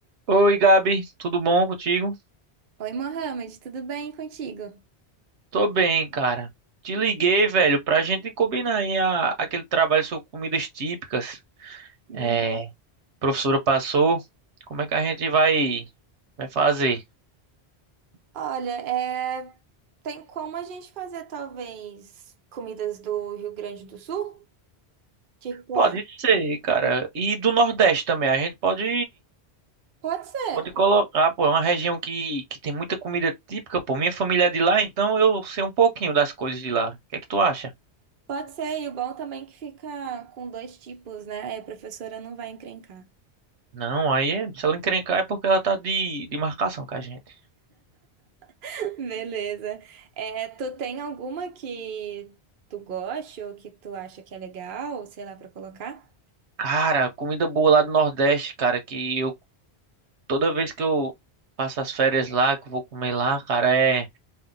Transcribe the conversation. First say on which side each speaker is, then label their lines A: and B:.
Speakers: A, on the right; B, on the right.
A: Oi, Gabi, tudo bom contigo?
B: Oi, Mohamed, tudo bem contigo?
A: Tô bem, cara. Te liguei, velho, pra gente combinar aí a- aquele trabalho sobre comidas típicas.
B: Hum.
A: É, a professora passou. Como é que a gente vai vai fazer?
B: Olha, é, tem como a gente fazer talvez comidas do Rio Grande do Sul? O que que tu
A: Pode
B: acha?
A: ser, cara. E do Nordeste também, a gente pode
B: Pode ser,
A: pode colocar, pô, é uma região que que tem muita comida típica, pô. Minha família é de lá, então eu sei um pouquinho das coisas de lá. O que é que tu acha?
B: pode ser. E o bom também é que fica com dois tipos, né? Aí a professora não vai encrencar.
A: Não, aí é, se ela encrencar é porque ela tá de de marcação com a gente.
B: <laughs> Beleza. É, tu tem alguma que tu goste ou que tu acha que é legal, sei lá, pra colocar?
A: Cara, comida boa lá do Nordeste, cara, que eu toda vez que eu passo as férias lá, que eu vou comer lá, cara, é